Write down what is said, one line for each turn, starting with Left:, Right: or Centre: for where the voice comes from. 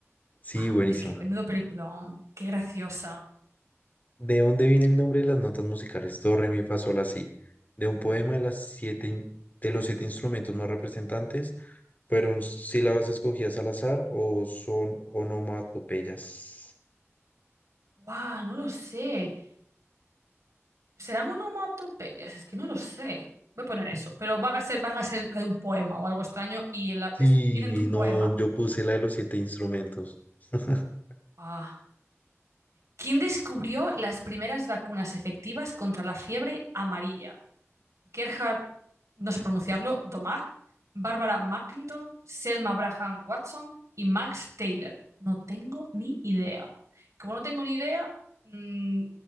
Left: Sí,
Right: Ah,
Left: buenísima.
Right: es que menudo película. Qué graciosa.
Left: ¿De dónde viene el nombre de las notas musicales? Do, re, mi, fa, sol, la, si. De un poema de las siete, in- de los siete instrumentos más representantes. ¿Fueron sílabas escogidas al azar o son onomatopeyas?
Right: Wow, no lo sé. ¿Serán onomatopeyas? Es que no lo sé. Voy a poner eso. Pero van a ser, van a ser de un poema o algo extraño y en la, ¿ves?
Left: Sí,
Right: vienen de un
Left: no,
Right: poema.
Left: yo puse la de los siete instrumentos. <laughs>
Right: Ah. ¿Quién descubrió las primeras vacunas efectivas contra la fiebre amarilla? Gerhard, no sé pronunciarlo, Domag, Barbara Mackington, Selma Braham Watson y Max Taylor. No tengo ni idea. Como no tengo ni idea, mm,